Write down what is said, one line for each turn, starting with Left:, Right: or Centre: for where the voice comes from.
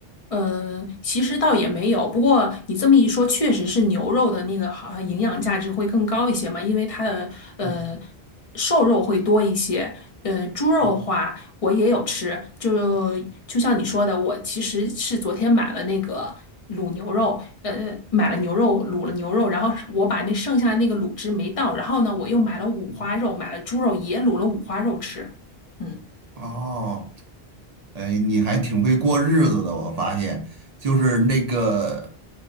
Left: 呃，其实倒也没有，不过你这么一说，确实是牛肉的那个好像营养价值会更高一些嘛，因为它的呃
Right: 嗯
Left: 瘦肉会多一些。呃，猪肉的话我也有吃，
Right: 嗯
Left: 就就像你说的，我其实是昨天买了那个卤牛肉，呃，买了牛肉卤了牛肉，然后我把那剩下那个卤汁没倒，然后呢，我又买了五花肉，
Right: 嗯。
Left: 买了猪肉也卤了五花肉吃，嗯。
Right: 哦，哎，你还挺会过日子的，我发现，就是那个